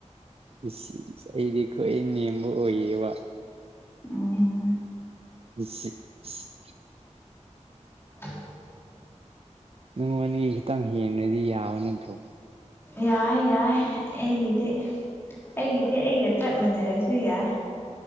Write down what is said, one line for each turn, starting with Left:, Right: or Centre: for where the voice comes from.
Right: ꯏꯂ ꯑꯩꯗꯤ ꯈ꯭ꯋꯥꯏ ꯅꯦꯝꯕ ꯑꯣꯏꯌꯦꯕ
Left: ꯑꯣ
Right: <unintelligible>
Left: <unintelligible>
Right: ꯅꯉꯣꯟꯗꯒꯤ ꯈꯤꯇꯪ ꯍꯦꯟꯂꯗꯤ ꯌꯥꯕ ꯅꯠꯇ꯭ꯔꯣ
Left: ꯌꯥꯏ ꯌꯥꯏ ꯑꯩꯒꯤꯗꯤ ꯑꯩꯒꯤꯗꯤ ꯑꯩꯒ ꯆꯞ ꯃꯟꯅꯔꯁꯨ ꯌꯥꯏ